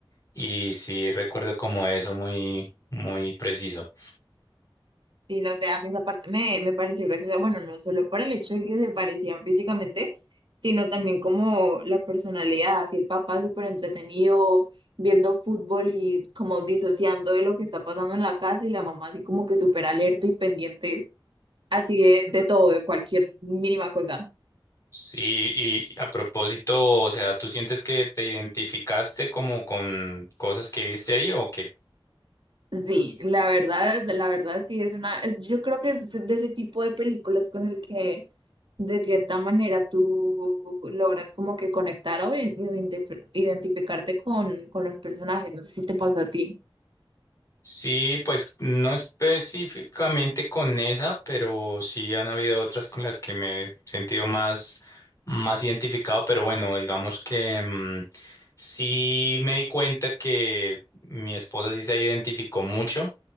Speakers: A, on the left (about 35°); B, on the right (about 60°).
A: y sí recuerdo como eso muy muy preciso.
B: Sí, no, o sea, a mí esa parte me, me pareció graciosa, bueno, no solo por el hecho de que se parecían físicamente, sino también como la personalidad, así el papá súper entretenido viendo fútbol y como disociando de lo que está pasando en la casa y la mamá así como que súper alerta y pendiente así de, de todo, de cualquier mínima cosa.
A: Sí, y a propósito, o sea, ¿tú sientes que te identificaste como con cosas que viste ahí o qué?
B: Sí, la verdad, la verdad sí es una, es- yo creo que es de ese tipo de películas con el que de cierta manera tú logras como que conectar o in- identif- identificarte con, con los personajes. No sé si te pasó a ti.
A: Sí, pues no específicamente con esa, pero sí han habido otras con las que me he sentido más, más identificado, pero bueno, digamos que mm, sí me di cuenta que mi esposa sí se identificó mucho